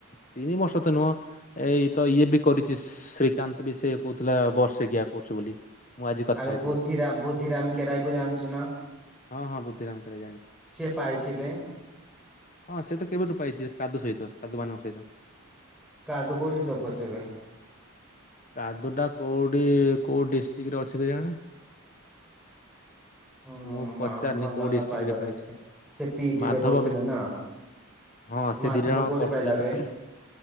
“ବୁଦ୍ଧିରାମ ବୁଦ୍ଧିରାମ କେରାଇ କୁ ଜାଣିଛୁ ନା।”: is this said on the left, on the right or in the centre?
Centre